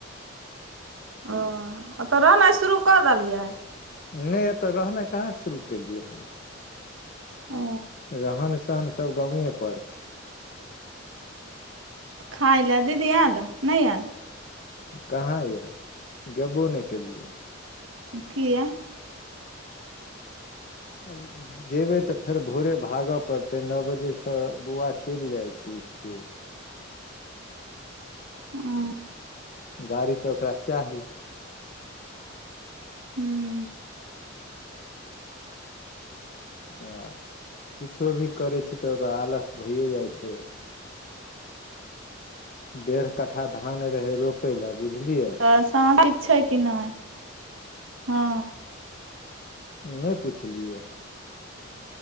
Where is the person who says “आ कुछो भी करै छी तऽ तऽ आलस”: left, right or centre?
Left